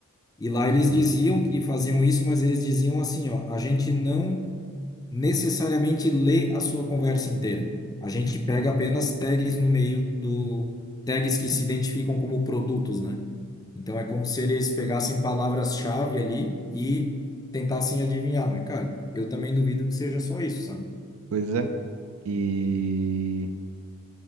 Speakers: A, on the left (about 15°); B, on the right (about 70°).
A: E lá eles
B: sim.
A: diziam que faziam isso, mas eles diziam assim, ó, a gente não necessariamente lê a sua conversa inteira. A gente pega apenas tags no meio do tags que se identificam como produtos, né? Então é como se eles pegassem palavras-chave ali e tentassem adivinhar, mas cara, eu também duvido que seja só isso, sabe?
B: Pois é. E,